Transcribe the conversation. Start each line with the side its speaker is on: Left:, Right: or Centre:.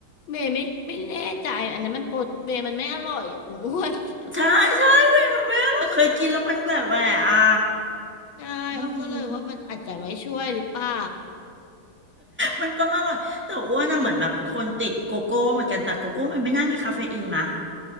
Left: เบย์ไม่ไม่แน่ใจอันนั้นมันปดเบย์มันไม่อร่อยอ่ะคุณอ้วน
Centre: ใช่ใช่เวย์มันไม่อร่อยเคยกินแล้วมันแบบแหวะอ่ะ
Left: <laughs> ใช่อ้อก็เลยว่ามันอาจจะไม่ช่วยหรือเปล่า
Centre: อืม มันต้องอร่อยแต่อ้วนน่ะเหมือนแบบเป็นคนติดโกโก้เหมือนกันแต่โกโก้มันไม่น่ามีคาเฟอีนมะ